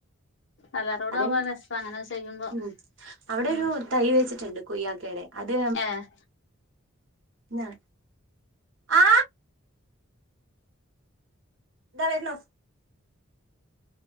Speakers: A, on the left; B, on the right.
A: എല്ലാരും കൂടെ
B: അതെ
A: ആവുമ്പോ രസാ അങ്ങനൊക്കെ ചെയ്യുമ്പോ
B: ഉം അവിടെ
A: ഉം
B: ഒരു തൈ വെച്ചിട്ട്ണ്ട് കൊയ്യക്കേടെ അത്
A: ഏഹ്
B: ഞാ ആ ദാ വര്ന്നു